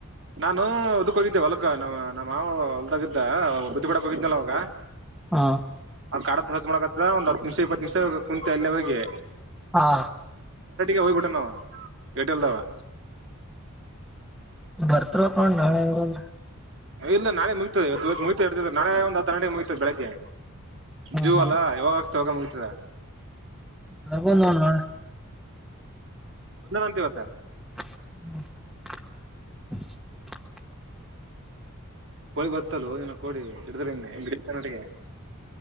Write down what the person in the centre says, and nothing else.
ಹಾ
ಹಾ
ಬರ್ತವ ನೋೊಂಡ್ ನಾಳೆಂಗರು ಅಂದ್ರ
ಹ್ಮ್ ಹ್ಮ್
ನಪೊಂದಣ ನಳ
ಹ